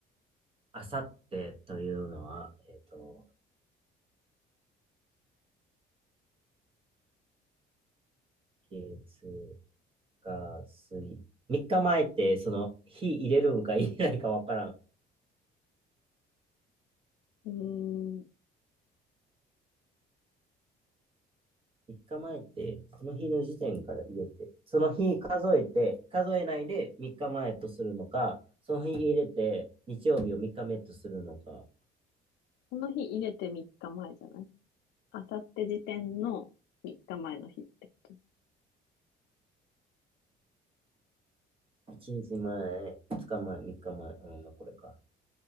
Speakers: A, on the right; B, on the left.
A: あさってというのは、えっ、と、月、火、水。3日前って、その、日入れるんか入れないかわからん。
B: うーん。
A: 3日前って、この日の時点から入れて、その日数えて、数えないで3日前とするのか、その日入れて、日曜日を3日目とするのか、
B: この日入れて3日前じゃないあさって時点の3日前の日ってこと。
A: 1日前、2日前、3日前、うん、まあこれか。